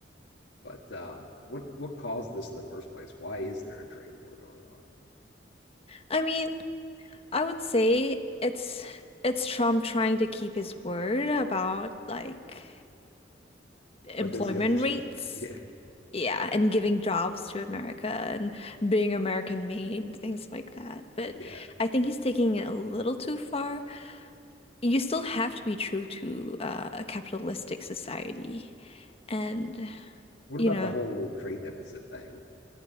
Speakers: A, on the left (about 80°); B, on the left (about 35°).
A: But um, what what caused this in the first place? Why is there a trade war going on?
B: I mean, I would say it's it's Trump trying to keep his word about like employment
A: What does he understand?
B: rates.
A: Yeah,
B: Yeah, and giving jobs to America and being American made, things like that. But
A: yeah.
B: I think he's taking it a little too far. you still have to be true to uh, a capitalistic society. And,
A: What
B: you
A: about
B: know,
A: the whole trade deficit thing?